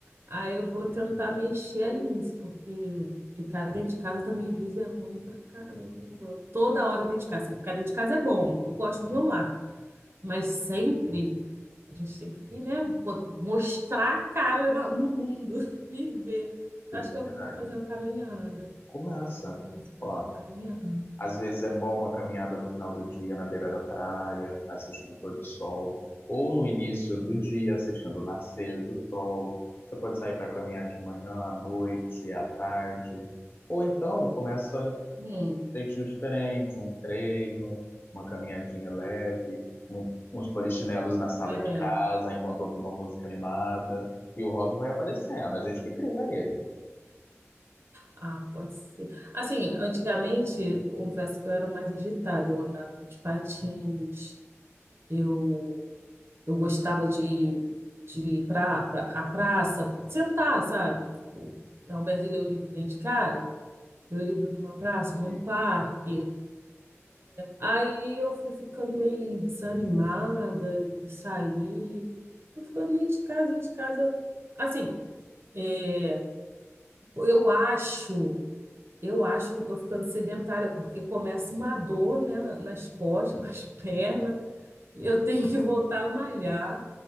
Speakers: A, on the right (about 55°); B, on the left (about 45°).
A: Aí eu vou tentar mexer aí nisso, porque ficar dentro de casa também às vezes é ruim pra caramba. Toda hora dentro de casa, assim, ficar dentro de casa é bom, eu gosto do meu lar, mas sempre a gente tem que, né, bo- mostrar a cara na- no mundo, <laughs> viver. Acho
B: isso
A: que
B: é
A: eu
B: verdade.
A: vou fazer uma caminhada.
B: Começa.
A: Vou começar a fazer
B: ó.
A: uma caminhada.
B: Às vezes é bom uma caminhada no final do dia na beira da praia, assistindo o pôr do sol, ou no início do dia assistindo o nascer do sol. Você pode sair para caminhar de manhã, à noite, à tarde, ou então começa um
A: Hum,
B: jeitinho diferente, um treino, uma caminhadinha leve, um- uns polichinelos na sala
A: é.
B: de casa enquanto ouve uma música animada, e o hobby vai aparecendo, a gente que cria ele.
A: Ah, pode ser. Assim, antigamente, confesso que eu era mais agitada, eu andava de patins, eu, eu gostava de, de ir para pra, pra- a praça, sentar, sabe? Tipo, ao invés de ler o livro dentro de casa, ler o livro numa praça, num
B: E a
A: parque.
B: gente,
A: Aí eu fui ficando meio desanimada de sair, fui ficando dentro de casa, dentro de casa. Assim, é, eu acho. Eu acho que eu tô ficando sedentária, porque começa uma dor, né, na- nas costas, <laughs> nas pernas, e eu tenho que voltar a malhar,